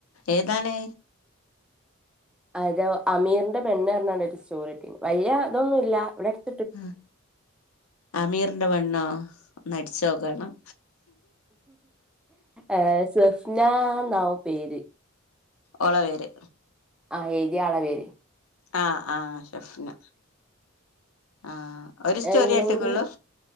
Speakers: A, on the left; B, in the centre.
A: ഏതാണ്.
B: അത് അമീറിന്റെ പെണ്ണ് ർഞ്ക്കാണ്ട് ഒരു സ്റ്റോറിട്ടിനി വല്യ തൊന്നുല്ല ഇവിടെട്ത്ത്
A: ഉം അമീറിന്റെ പെണ്ണോ ഒന്നടിച്ചോക്കണം.
B: ആഹ് സ്വഫ്ന നാവും പേര്.
A: ഓളെ പേര്.
B: ആഹ് എഴതിയാ ആളെ പേര്.
A: ആഹ് ആ ഷെഫ്ന. ആഹ് ഒ ര് സ്റ്റോറിയട്ട്ക്കൊള്ളൂ.
B: അല്ലെങ്കിൽ